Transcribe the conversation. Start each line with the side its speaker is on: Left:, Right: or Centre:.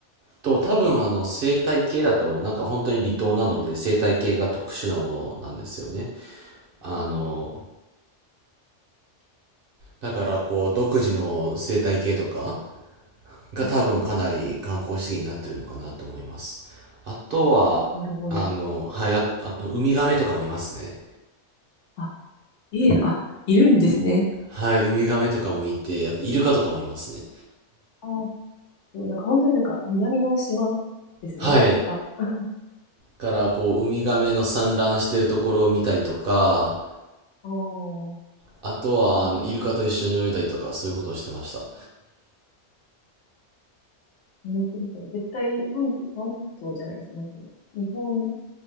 Right: と、多分あの、生態系だと思う。なんか本当に離島なので、
Left: うん
Right: 生態系が特殊なものなんですよね。あの、
Left: うん
Right: だからこう、独自の生態系とかが多分かなり観光資源になってるのかなと思います。
Left: はい。
Right: あとは、
Left: なるほど。
Right: あの、はい、ああと、ウミガメとかもいますね。
Left: あ、いえ、あ、いるんですね。
Right: はい、ウミガメとかもいて、あと、イルカとかもいますね。
Left: あそうなんか本当になんか南の島ですね。
Right: はい。
Left: ザ。<laughs> あ
Right: からこうウミガメの産卵してるところを見たりとか、
Left: あ、う
Right: あとはあのイルカと一緒に泳いだりとかそういうことをしてました。
Left: ん、面白い。絶対本、本島じゃないです。なんていうの。日本、